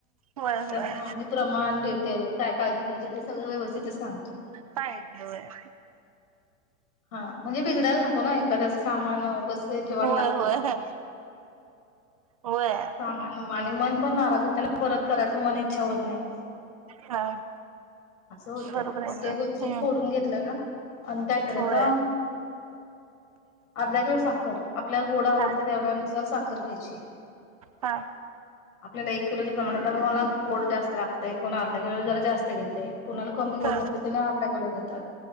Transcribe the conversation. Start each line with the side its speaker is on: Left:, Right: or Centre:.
Right: होय होय
Left: हा मी प्रमाण डिटेल काय काळजी घ्यायची ते सगळं व्यवस्थितच सांगतो
Right: पाहिजे होय
Left: हा म्हणजे बिघडायला नको ना एखाद्याच सा न जेवायला
Right: होय
Left: लागतेमान
Right: होय होय होय
Left: पण नाराज होते ना परत करायचं मन इच्छा होत नाही
Right: हा
Left: असं होतय
Right: बरोबर
Left: मग
Right: आहे
Left: ते
Right: की.
Left: व्यवस्यित
Right: हम्म
Left: फोडून घेतलं ना आणि काय करायचं
Right: होय
Left: अर्धा केळस कर आपल्याला गोड आवडत
Right: हा
Left: तेवढ्या नुसार साखर घ्यायची
Right: हा
Left: आपल्याला एक प्रमाण गोड जास्त लागत एकूण अर्धा किलो जरा जास्त घेते कुणाला कमी
Right: ह
Left: गोड लागते तर अर्धा किलो घेतात